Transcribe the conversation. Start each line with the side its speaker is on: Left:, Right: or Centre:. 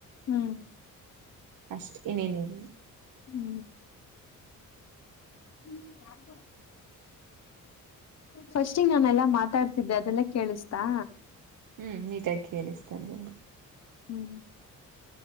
Left: ಹ್ಮ್
Right: ಅಷ್ಟ ಇನೇನ್ ಹೇಳಿ
Left: ಹ್ಮ್ ಹ್ಮ್ ಯಾರದ ಫಸ್ಟಿಂಗ ನಾನೆಲ್ಲಾ ಮಾತಾಡ್ತಿದ್ದೆ ಅದೆಲ್ಲ ಕೇಳಿಸ್ತಾ
Right: ಹ್ಮ್ ನೀಟಾಗಿ ಕೇಳಿಸ್ತಾದ
Left: ಹ್ಮ್